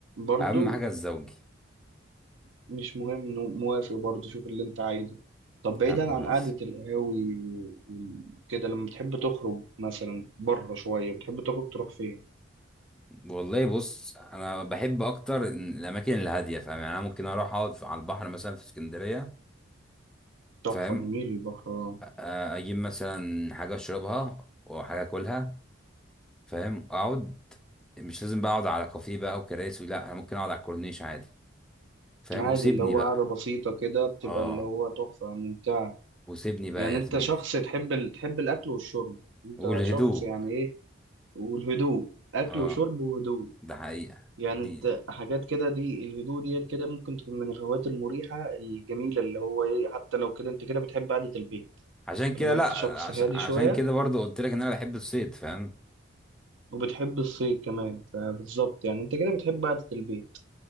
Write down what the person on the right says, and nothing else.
برضو
مش مهم موافق برضه شوف اللي انت عايزه طب
بعيدا
عن قعدة القهاوي و- وكده لما بتحب تخرج مثلا بره شوية بتحب تخرج تروح فين؟
تحفة
جميل البحر آه.
عادي
اللي هو
قعدة بسيطة كده بتبقى
اللي هو تحفة ممتعة
يعني
انت
شخص تحب ال... تحب الأكل والشرب انت
شخص يعني ايه والهدوء أكل
وشرب وهدوء
يعني
انت حاجات كده دي الهدوء ديت كده ممكن تكون من الهوايات المريحة الجميلة اللي هو ايه حتى لو كده انت كده بتحب قعدة البيت
طالما
انت شخص
هادي
شوية
وبتحب الصيد كمان فبالظبط يعني انت كده بتحب قعدة البيت